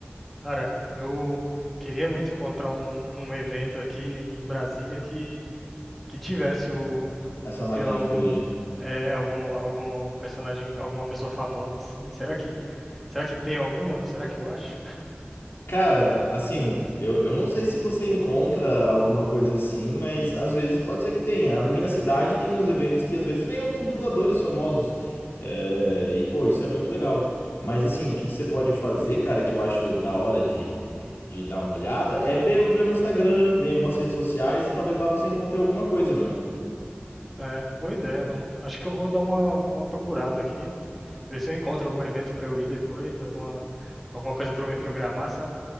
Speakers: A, in the centre; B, on the left (about 70°).
A: Cara, eu queria muito encontrar um, um evento aqui em Brasília que, que tivesse o,
B: Essa magnitude.
A: sei lá, algum, é, algum, algum personagem, alguma pessoa famosa, assim. Será que, será que tem algum, mano? Será que eu acho?
B: Cara, assim, eu, eu não sei se você encontra alguma coisa assim, mas às vezes pode ser que tenha. Na minha cidade tem uns eventos que às vezes vem alguns dubladores famosos. É, e, pô, isso é muito legal. Mas, assim, o que que você pode fazer, cara, que eu acho da hora de, de dar uma olhada, é ver, ver no Instagram, ver em algumas redes sociais e talvez lá você encontre alguma coisa, mano.
A: É, boa ideia, mano. Acho que eu vou dar uma, uma procurada aqui, ver se eu encontro algum evento pra eu ir depois, alguma, alguma coisa pra eu me programar, sabe?